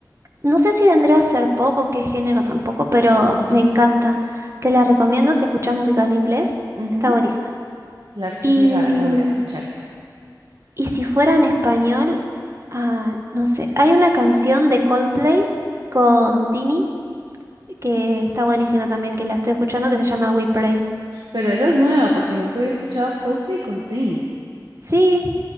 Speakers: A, on the right; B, on the right.
A: no sé si vendría a ser pop o qué género tampoco, pero
B: Ujú,
A: me encanta. Te la recomiendo si escuchas música en inglés.
B: ujú,
A: Está buenísima.
B: Claro que
A: Y
B: sí, la, la voy a escuchar.
A: Y si fuera en español, ah, no sé, hay una canción de Coldplay con Tini que está buenísima también, que la estoy escuchando, que se llama We Pray.
B: Pero esa es nueva, porque nunca había escuchado a Coldplay con Tini.
A: Sí,